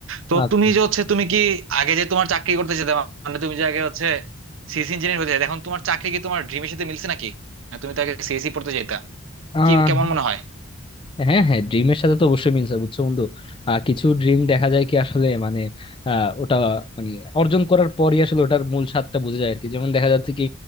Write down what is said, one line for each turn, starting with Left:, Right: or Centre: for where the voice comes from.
Right: তো
Left: আচ্ছা
Right: তুমি যে হচ্ছে তুমি কি আগে যে তোমার চাকরি করতে যেতে মানে তুমি যে আগে হচ্ছে সিএস ইঞ্জিনিয়ার হতে চাইতে, এখন তোমার চাকরি কি তোমার ড্রিমের সাথে মিলছে নাকি তুমি তাকে সিএসি পড়তে যেতা
Left: আহ
Right: কি কেমন মনে হয়
Left: হ্যাঁ হ্যাঁ ড্রিমের সাথে তো অবশ্যই মিলছে বুঝছো বন্ধু আহ, কিছু ড্রিম দেখা যায় কি আসলে মানে আহ, ওটা মানে অর্জন করার পরই আসলে ওটার মূল স্বাদটা বোঝা যায় আর কি যেমন দেখা যাচ্ছে কি